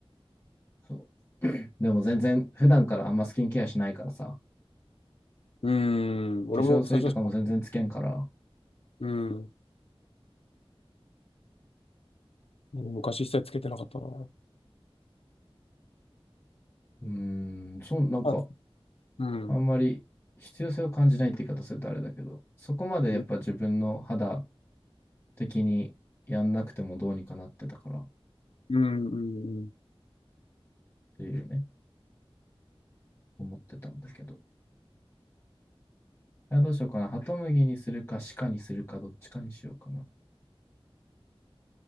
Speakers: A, on the left; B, on the left.
A: そう <clears throat>。でも全然、普段からあんまスキンケアしないからさ、
B: ーん。俺も最初、
A: 化粧水とかも全然つけんから、
B: うん。昔一切つけてなかったな。
A: うーん、そう、なんか、
B: あ、うん。
A: あんまり必要性を感じないって言い方するとあれだけど、そこまでやっぱ自分の肌
B: うん、
A: 的にやんなくてもどうにかなってたからっ
B: うん、うん。
A: ていうね。思ってたんだけど。どうしようかな。ハトムギにするか、鹿にするか、どっちかにしようかな。